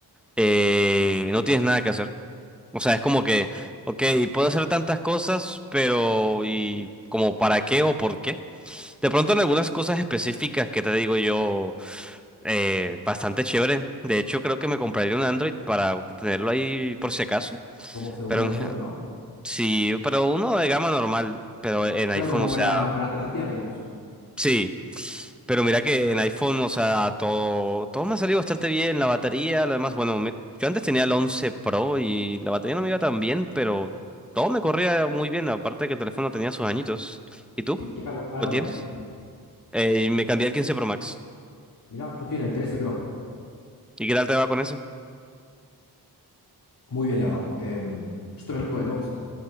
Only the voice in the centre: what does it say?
eh, no tienes nada que hacer. O sea, es como que, ok, puedo hacer tantas cosas, pero ¿y como para qué o por qué? De pronto en algunas cosas específicas que te digo yo eh, bastante chévere. De hecho, creo que me compraría un Android para tenerlo ahí por si acaso.
Pero
en-
sí, pero uno de gama normal, pero en iPhone,
o sea,
sí. Pero mira que en iPhone, o sea, todo, todo me ha salido bastante bien. La batería, lo demás, bueno, me- yo antes tenía el 11 Pro y la batería no me iba tan bien, pero todo me corría muy bien. Aparte que el teléfono tenía sus añitos. ¿Y tú?
¿Lo
tienes?
Eh, y me cambié al 15 Pro Max.
¿Y qué tal te va con ese?